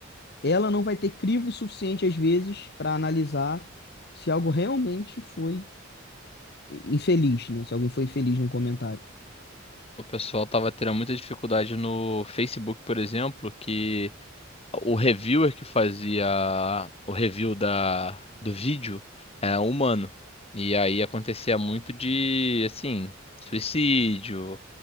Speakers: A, on the left (about 55°); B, on the left (about 30°).
A: ela não vai ter crivo suficiente às vezes para analisar se algo realmente foi infeliz, né? Se alguém foi infeliz num comentário.
B: O pessoal tava tendo muita dificuldade no Facebook, por exemplo, que. o reviewer que fazia o review da, do vídeo era um humano. E aí acontecia muito de, assim, suicídio,